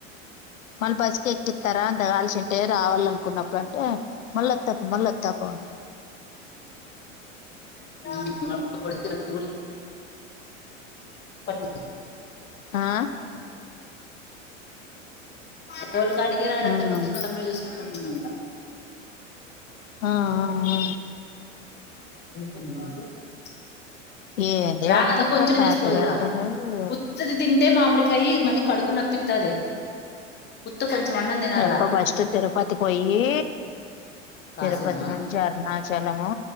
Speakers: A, on the left; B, on the left.
A: మన బ స్ ఎక్కిత్తారా అంతగాల్చింటే రావాల అనుకున్నప్పుడు అంటే మళ్ళొతపో మళ్ళొతపో అం
B: <unintelligible> పట్నం <unintelligible>
A: ఆ
B: పిల్లోలుకాటికే రాడంట
A: ఉమ్
B: పొద్దున అమ్మె చూసుకుంటుందట
A: ఆ ఆ ఆ
B: <unintelligible>
A: ఏంది
B: రా
A: అర్థం
B: నానా కొంచెం
A: కాదు
B: తినేసి
A: తాతది
B: పోదురా
A: అర్థం కాదు
B: ఉత్తది తిం టే మామిడికాయి మళ్లీ కడుపు నొప్పిత్తది ఉత్త కొంచెం అన్నం తినాల
A: యప్ప ఫస్ట్ తిరుపతి పోయ్యి
B: కాసినా
A: తిరుపతి నుంచి అరుణ చలము